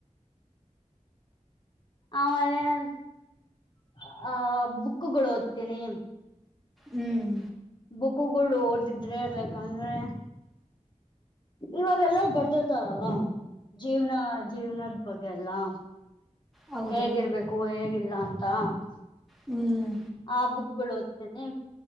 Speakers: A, on the left; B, in the centre.
A: ಆಮೇಲೆ <inaudible> ಆ ಬುಕ್ಗಳು ಓದ್ತೀನಿ
B: ಹ್ಮ್
A: ಬುಕ್ಕುಗಳು ಓದಿದ್ರೆ ಲೆಕ್ಂದ್ರೆ ಇವಾಗ ಎಲ್ಲರು ಬರ್ದಿರ್ತಾರಲ್ಲ. ಜೀವ್ನ ಜೀವ್ನದ ಬಗ್ಗೆಅಲ್ಲಾ
B: ಹೌದು
A: ಹೇಗಿರಬೇಕು ಹೇಗಿಲ್ಲ ಅಂತ. <inaudible>
B: ಹ್ಮ್
A: ಆ ಬುಕ್ಗಳು ಓದ್ತೇನೆ